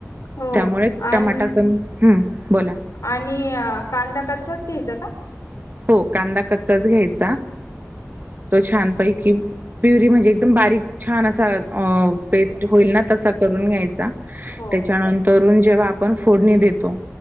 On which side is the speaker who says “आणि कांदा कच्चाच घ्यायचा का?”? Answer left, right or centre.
Left